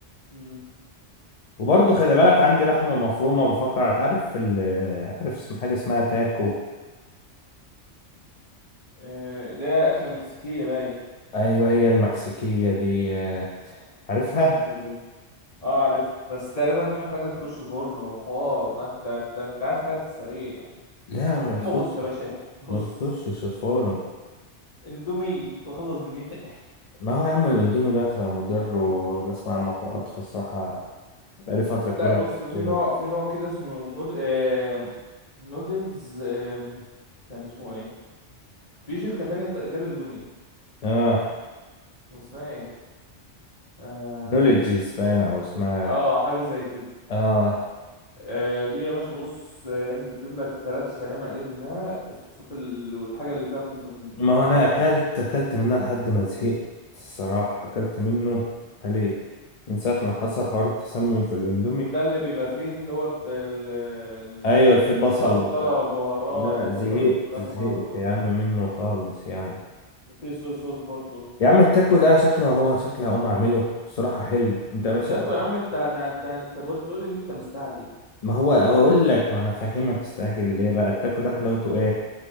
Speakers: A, on the left; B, on the left.
A: امم
B: وبرضه خلي بالك عندي لحمه مفرومه بفكر تعرف ال عارف اسم حاجه اسمها تاكو
A: آه ده اكله مكسيكيه باي
B: ايوه هي المكسيكيه ديت عارفها
A: حلو ده اه عارف بس تقريبا دي محتاجه تخش فرن وحوار لا انت انت انت عايز حاجه في السريع يعني
B: لا ما بتخش
A: اما بص يا باشا <laughs> بص
B: ما بتخشش الفرن
A: اندومي وخلص دنيتك
B: ما هو يا عم الاندومي دلوقتي بقى مضر وبسمع عنه حوارات فالصراحه بقالي فتره كبيره
A: لا بص
B: ما جبتوه
A: في نوع في نوع كده اسمه نود... آم... نودلز آم... كان اسمه ايه في شركه تانية غير اندومي
B: اه
A: اسمها ايه آم...
B: نولجيز باين او اسمها
A: اه حاجه زي كده
B: اه
A: آه دي يا باشا بص آه، انزل جيب لك ثلاث شعريه مقليه منها الصوصات ال- والحاجه اللي فيها نضيفه جدا
B: ما هو
A: عامه
B: انا اكلت اكلت منها لحد ما زهقت الصراحه اكلت منه عليه من ساعه ما حصل حوار التسمم في الاندومي
A: ده اللي بيبقى فيه اللي هو ال... ال...
B: ايوه الفي بصل
A: الشطه
B: وبتاع
A: والبهارات
B: لا
A: والبصل
B: زهقت
A: المكرمل
B: زهقت
A: وال...
B: يا عم منه خالص يعني
A: وفيه صويا صوص برضه
B: يا عم التاكو ده شكله هو شكله هقوم اعمله الصراحه حلو انت يا باشا
A: تاكل
B: بتاخد-
A: يا عم انت هت... انت انت بتقول ان انت مستعجل
B: ما هو هقول لك ما انا فاهمك استعجل ليه بقى التاكو ده حلاوته ايه